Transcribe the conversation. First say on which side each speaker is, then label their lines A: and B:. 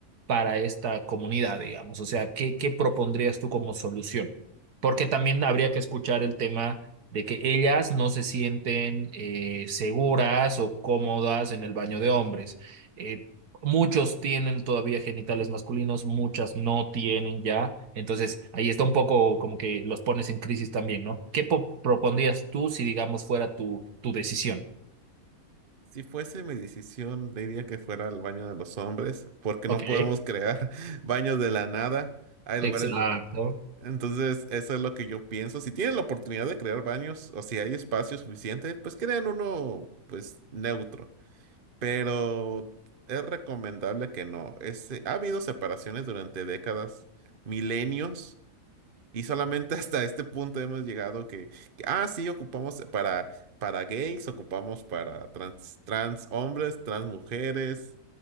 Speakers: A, on the right; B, on the right.
A: para esta comunidad, digamos? O sea, ¿qué, qué propondrías tú como solución? Porque también habría que escuchar el tema de que ellas no se sienten eh, seguras o cómodas en el baño de hombres. Eh, muchos tienen todavía genitales masculinos, muchas no tienen ya. Entonces, ahí está un poco como que los pones en crisis también, ¿no? ¿Qué po- propondrías tú si, digamos, fuera tu, tu decisión?
B: Si fuese mi decisión, diría que fuera al baño de los hombres, porque
A: Ok,
B: no podemos crear <laughs> baños de la nada. Hay
A: exacto.
B: lugares donde... Entonces, eso es lo que yo pienso. Si tienen la oportunidad de crear baños o si hay espacio suficiente, pues crean uno, pues, neutro. Pero es recomendable que no. Ese- Ha habido separaciones durante décadas, milenios. Y solamente <laughs> hasta este punto hemos llegado que, que, ah, sí, ocupamos para, para gays, ocupamos para trans, trans hombres, trans mujeres,